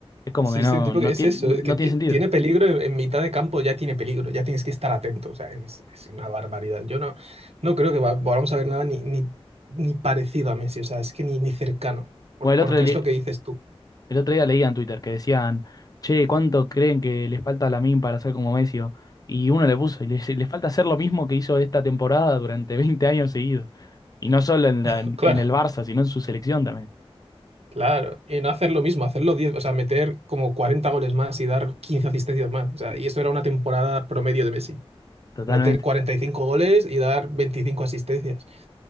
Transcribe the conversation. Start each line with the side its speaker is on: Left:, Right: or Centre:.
Left: Es como
Right: sí,
Left: que no,
Right: sí, un tipo
Left: no
Right: que es
Left: tiene,
Right: eso,
Left: no,
Right: es
Left: no
Right: que ti-
Left: tiene sentido.
Right: tiene peligro en, en mitad de campo, ya tiene peligro, ya tienes que estar atento. O sea, es, es una barbaridad. Yo no, no creo que va- volvamos a ver nada ni, ni, ni parecido a Messi, o sea, es que ni, ni cercano, por-
Left: Bueno, el
Right: porque
Left: otro, le-
Right: es lo que dices tú.
Left: el otro día leía en Twitter que decían, che, ¿cuánto creen que le falta a Lamine para ser como Messi? o- Y uno le puso, y le, dice, le falta hacer lo mismo que hizo esta temporada durante 20 años seguidos. Y no solo en, la-
Right: <laughs>
Left: en
Right: Claro,
Left: el Barça, sino en su selección también.
Right: claro. Y no hacer lo mismo, hacerlo diez o sea, meter como 40 goles más y dar 15 asistencias más. O sea, y eso era una temporada promedio de Messi.
Left: Totalmente.
Right: Meter 45 goles y dar 25 asistencias.